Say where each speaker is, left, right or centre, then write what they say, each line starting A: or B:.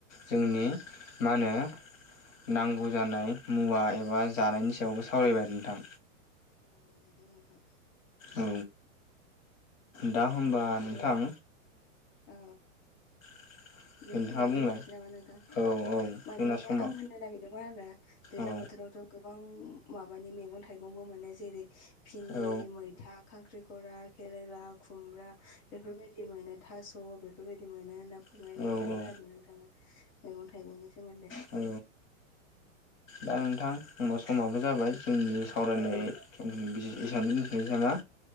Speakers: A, on the left (about 70°); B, on the left (about 35°).
A: जोंनि मा होनो नांगौ जानाय मुवा एबा जानायनि सायावबो सावरायबाय आरो नोंथां
B: औ नंगौ नोंथां
A: औ दा होमबा
B: आरो
A: नोंथां
B: ओ
A: <inaudible>
B: बेखिनियावनो
A: बुंलाय
B: दोनथ'नोसै नामा नोंथां
A: औ औ
B: माने
A: जोंना समा
B: आं होननो नागिरदोंमोन आरो दैज्लां
A: औ
B: बोथोराव थ' गोबां माबानि मैगं थाइगंबो मोनो जेरै भिन्दि
A: औ
B: मैथा खांख्रिखरा खेरेला खुमब्रा बेफोरबायदि बिदि मोनो थास' बेफोरबायदि मोनो होनना फोरमायनोनागिरदोंमोन
A: औ
B: आरो नोंथाङा मैगं थाइगंनि सोमोन्दै
A: ओ दा नोंथां होनबा समाबो जाबाय जोंनि सावरायनाय
B: औ
A: जोंनि एसामबो मिथिलाय लाङा